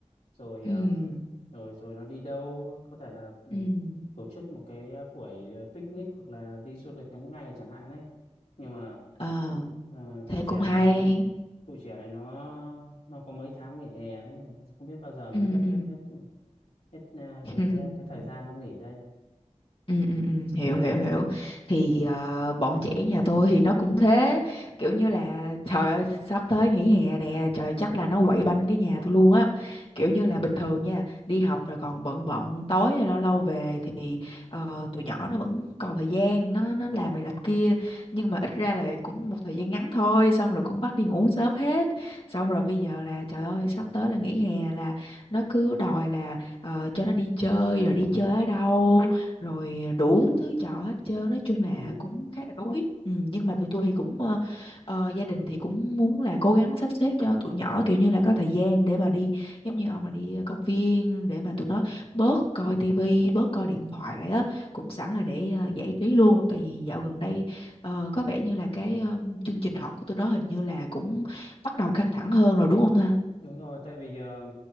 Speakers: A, on the left; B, on the left.
A: rồi
B: ừ,
A: ờm, rồi rồi nó đi đâu có thể là ờ,
B: ừ,
A: tổ chức một cái ờ, buổi ờ, picnic hoặc là đi du lịch ngắn ngày chẳng hạn ấy nhưng mà
B: ờ,
A: ờ,
B: thế
A: tụi trẻ
B: cũng hay,
A: này nó tụi trẻ này nó nó có mấy tháng nghỉ hè đấy không biết bao giờ mới
B: ừ,
A: hết
B: ừ.
A: hết hết ờ,
B: <laughs>
A: cái cái thời gian nó nghỉ đây
B: Ừ, ừ, ừ, hiểu Ừ. hiểu hiểu thì ờ, bọn trẻ nhà tôi thì nó cũng thế kiểu như là trời ơi sắp tới nghỉ hè nè trời ơi, chắc là nó quậy banh cái nhà tôi luôn á kiểu như là bình thường nha đi học rồi còn bận bận tối hay lâu lâu về thì ờ, tụi nhỏ nó vẫn còn thời gian nó nó làm này làm kia nhưng mà ít ra là cũng một thời gian ngắn thôi xong rồi cũng bắt đi ngủ sớm hết xong rồi bây giờ là trời ơi sắp tới là nghỉ hè là nó cứ đòi là ờ, cho nó đi chơi rồi đi chơi ở đâu rồi đủ thứ trò hết trơn nói chung là
A: Ừ,
B: cũng khá là đuối ừ, nhưng mà tụi tôi thì cũng ờ, ờ, gia đình thì cũng muốn là cố gắng sắp xếp cho tụi nhỏ kiểu như là có thời gian để mà đi giống như ông là đi công viên để mà tụi nó bớt coi tivi bớt coi điện thoại lại á cũng sẵn là để ờ, giải trí luôn tại vì dạo gần đây ờ, có vẻ như là cái ờ, chương trình học của tụi nó hình như là cũng bắt đầu căng thẳng hơn rồi đúng không ta
A: đúng rồi tại vì ờ,